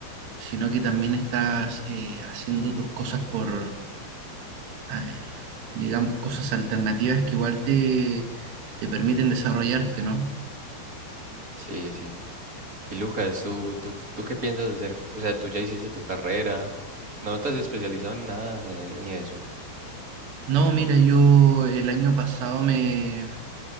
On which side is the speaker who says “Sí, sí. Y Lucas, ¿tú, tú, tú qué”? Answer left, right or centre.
Right